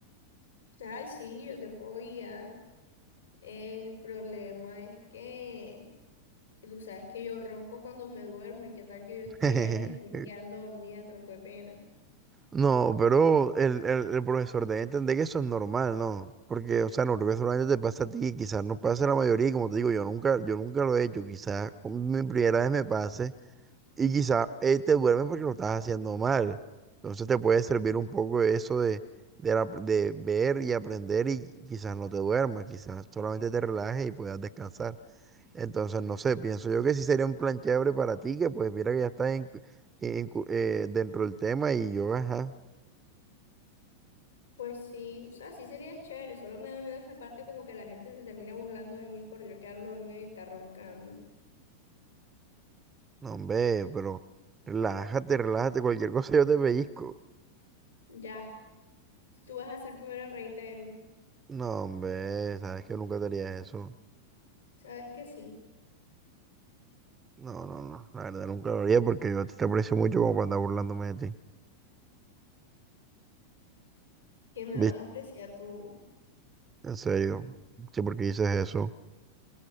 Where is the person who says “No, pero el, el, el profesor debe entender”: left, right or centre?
Right